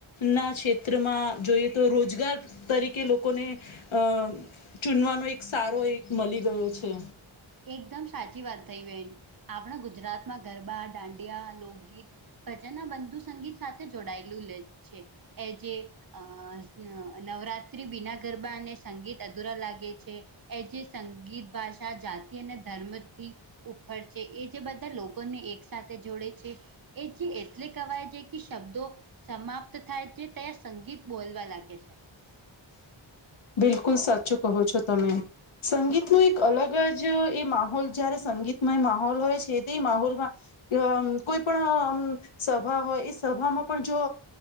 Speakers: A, on the left (about 75°); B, on the right (about 45°).
A: ના ક્ષેત્રમાં જોઈએ તો રોજગાર તરીકે લોકોને અ ચૂનવાનો એક સારો એ મળી ગયો છે.
B: એકદમ સાચી વાત થઈ બેન આપણા ગુજરાતમાં ગરબા દાંડિયા લોકગીત ભજન ના બંધુ સંગીત સાથે જોડાયેલુંે છે. એ જે અ નવરાત્રી બિના ગરબા અને સંગીત અધુરા લાગે છે એ જે સંગીત ભાષા જા ધર્મથી ઉપર છે એ જે બધા લોકોને એક સાથે જોડે છે એ જે એટલે કવાય છે શબ્દો સમાપ્ત થાય છે તં સંગીત બોલવા લાગે છે
A: બિલકુલ સાચું કહો છો તમે સંગીતનો એક અલગ જ એ માહોલ જયારે સંગીતમાં એ માહોલ હોય છે તે એ માહોલમાં કોઈ પણ સભા હોય એ સભામાં પણ જો